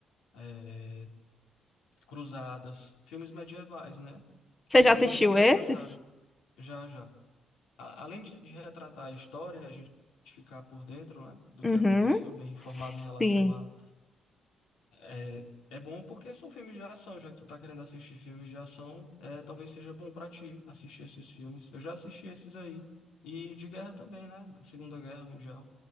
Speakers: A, on the left; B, on the left.
A: eh, Cruzadas, filmes medievais, né?
B: Você
A: Que
B: já
A: além
B: assistiu
A: deles retratarem,
B: esses?
A: já, já. a- além de, de retratar a história, a gente ficar por dentro, né, do
B: Uhum.
A: que aconteceu, bem informado em relação
B: Sim,
A: a. É, é bom porque são filmes de ação, já que tu tá querendo assistir filmes de ação, é, talvez seja bom pra ti assistir esses filmes. Eu já assisti esses aí. E de guerra também, né? da Segunda Guerra Mundial.